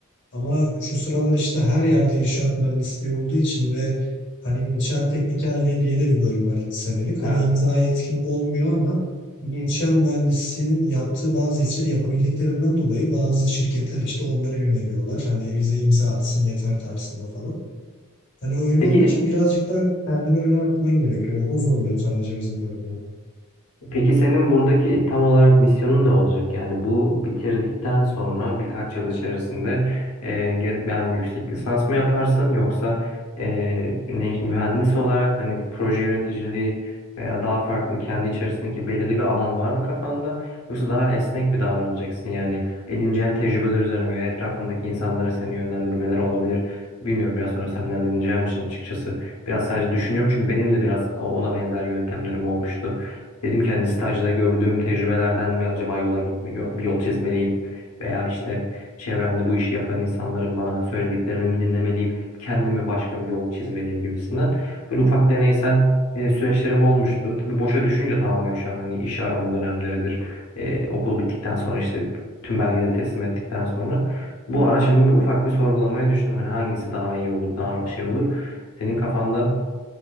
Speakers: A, on the left; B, on the left.
A: Ama şu sıralar işte her yerde inşaat mühendisliği olduğu için ve hani inşaat teknikerliği diye de bir bölüm var iki senelik.
B: Evet.
A: Hani imza yetkin olmuyor ama inşaat mühendisliğinin yaptığı bazı işleri yapabildiklerinden dolayı bazı şirketler işte onlara yöneliyorlar. Hani bize imza atsın yeter tarzında falan. Hani öyle
B: Peki
A: olunca birazcık daha kendini öne atman gerekiyor. Yani o zorluyor sadece bizim bölümde.
B: Peki senin buradaki tam olarak misyonun ne olacak? Yani bu bitirdikten sonra birkaç yıl içerisinde e, geri- yani yüksek lisans mı yaparsın yoksa e, ne- mühendis olarak hani proje yöneticiliği veya daha farklı kendi içerisindeki belirli bir alan var mı kafanda? Yoksa daha esnek bir davranacaksın? Yani edineceğin tecrübeler üzerine veya etrafındaki insanlara seni yönlendirmeler olabilir. Bilmiyorum biraz sonra senden dinleyeceğim için açıkçası biraz sadece düşünüyorum çünkü benim de biraz ona benzer yöntemlerim olmuştu. Dedim ki hani stajda gördüğüm tecrübelerden mi acaba yola gitme, yo- bir yol çizmeliyim veya işte çevremde bu işi yapan insanların bana söylediklerini mi dinlemeliyim, kendime başka bir yol çizmeliyim gibisinden. Böyle ufak deneysel e, süreçlerim olmuştu. Tabii boşa düşünce tamamen şu an hani iş arama dönemleridir. E, okul bittikten sonra işte tüm belgeleri teslim ettikten sonra bu ara şimdi bir ufak bir sorgulamaya düştüm. Hani hangisi daha iyi olur, daha şey olur. Senin kafanda